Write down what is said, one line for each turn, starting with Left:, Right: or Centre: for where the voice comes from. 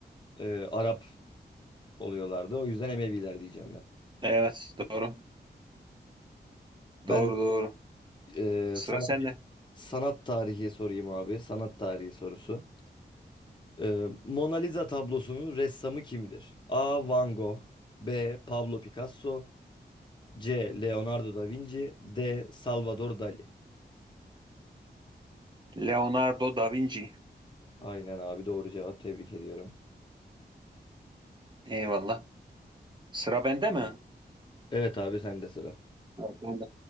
Left: e, Arap oluyorlardı. O yüzden Emeviler diyeceğim ben.
Right: Evet, doğru.
Left: Ben
Right: Doğru doğru.
Left: e,
Right: Sıra
Left: sana
Right: sende.
Left: bir sanat tarihi sorayım abi. Sanat tarihi sorusu. E, Mona Lisa tablosunun ressamı kimdir? A. Van Gogh B. Pablo Picasso C. Leonardo da Vinci D. Salvador Dali
Right: Leonardo da Vinci.
Left: Aynen abi doğru cevap tebrik ediyorum.
Right: Eyvallah. Sıra bende mi?
Left: Evet abi sende sıra.
Right: Evet bende.